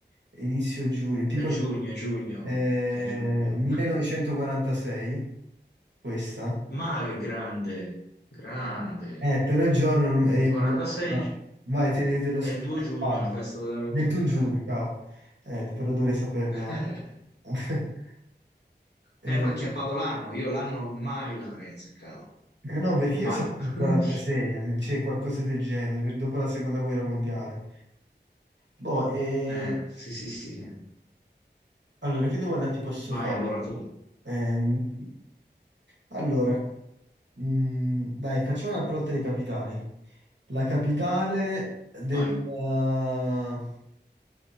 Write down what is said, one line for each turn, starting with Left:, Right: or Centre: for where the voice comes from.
Right: inizio giugno, tipo
Left: è giugno,
Right: il-
Left: è giugno,
Right: eh,
Left: è giugno.
Right: 1946,
Left: <laughs>
Right: questa.
Left: Ma che grande, grande.
Right: Eh, però il giorno non- è il...
Left: 46
Right: no,
Left: gi-
Right: Vai, tenetelo
Left: è
Right: sp-
Left: il 2 giugno,
Right: sparo.
Left: la festa della Repubblica.
Right: 21 giugno, cavolo. Eh, però dovrei saperlo.
Left: <laughs>
Right: <laughs> Eh,
Left: Eh, ma ha acchiappato l'anno, io l'anno mai l'avrei azzeccato,
Right: eh no, perché
Left: mai.
Right: io sapevo il
Left: <laughs>
Right: 46, eh, c'è qualcosa del genere, per- dopo la seconda guerra mondiale. Boh, eh,
Left: Eh, sì, sì, sì.
Right: allora, che domanda ti posso
Left: Vai,
Right: fare?
Left: allora tu,
Right: Ehm, allora, mm, dai, facciamo un'altra lotta dei capitali. La capitale del,
Left: vai.
Right: eh,